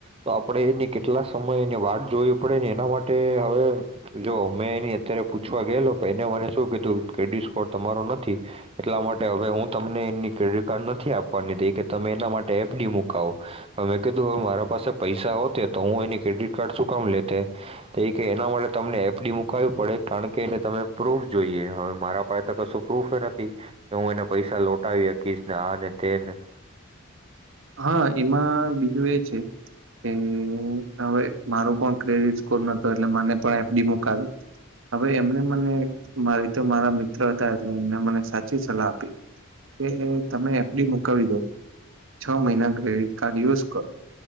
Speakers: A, on the right; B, on the right.
A: તો આપણેે એની કેટલા સમય એની વાત જોવી પડે ને એના માટે હવે જો મેં એની અત્યારે પૂછવા ગયેલો પણ એને મને શું કીધું ક્રેડિટ સ્કોર તમારો નથી એટલા માટે હવે હું તમને એની ક્રેડિટ કાર્ડ નથી આપ. વાની કે તમે એના માટે એફડી મુકાવો અમે કીધું હવે મારા પાસે પૈસા હોતે તો હું એની ક્રેડિટ કાર્ડ ચુકામ લેતે તે કે એના માટે તમને એફડી મુકાવવી પડે. કારણ કે એને તમે પ્રૂફ જોઈએ હવે મારા પાસે. ત સુ. પ્રૂફ નથી કે હું એને. પૈસા લોટાવીકીશ ને આ તેન
B: હા એમાં બીજું એ છે કે હવે મારો પણ ક્રેડિટ સ્કોર નતો એટલે મને પણ એફડી મુકાવી હવે એમને મને મારી તો મારા મ્ હતા એટલે એમને મને સાચી સલાહ આપી કે તમે એપડી મુકાવી દો છ મહિના ક્રેડિટ કાર્ડ યુઝ કરો